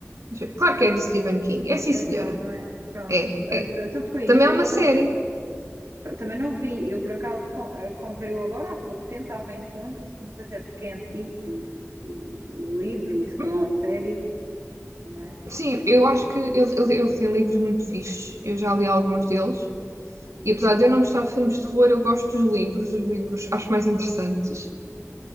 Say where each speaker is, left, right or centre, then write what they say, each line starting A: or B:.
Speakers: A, on the right; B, on the right.
A: deixa eu ver. claro que é do Stephen King. É sim,
B: É
A: senhora.
B: dele, não é? Pronto.
A: É,
B: Eh,
A: é.
B: t- Então foi
A: Também
B: isso.
A: é
B: Eu
A: uma
B: com-
A: série.
B: também não vi. Eu por acaso com- eh, comprei-o agora há pouco tempo. Estava em conta. Não sei se é porque é antigo o, o- o livro e se calhar
A: Hum,
B: a série, não é?
A: sim, eu acho que ele, ele, ele tem livros muito fixes. Eu já li alguns deles. E apesar de eu não gostar de filmes de terror, eu gosto dos livros. Os livros acho mais interessantes.